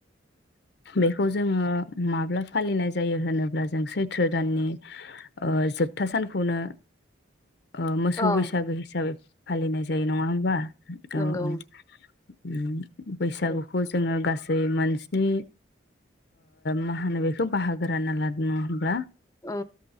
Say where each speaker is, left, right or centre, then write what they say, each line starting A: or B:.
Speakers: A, on the left; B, on the left.
A: बेखौ जोङो माब्ला फालिनाय जायो होनोब्ला जों सैथ्र दाननि ओ जोबथा सानखौनो। सोसौ
B: अ
A: बैसागो हिसाबै फालिनाय जायो नङा होमबा
B: नंगौ
A: औ औ। उम। बैसागुखौ
B: दे
A: जोङो गासै दै मोनसिनि मा होनो बेखौ बाहागो रानना लादों होनब्ला
B: औ।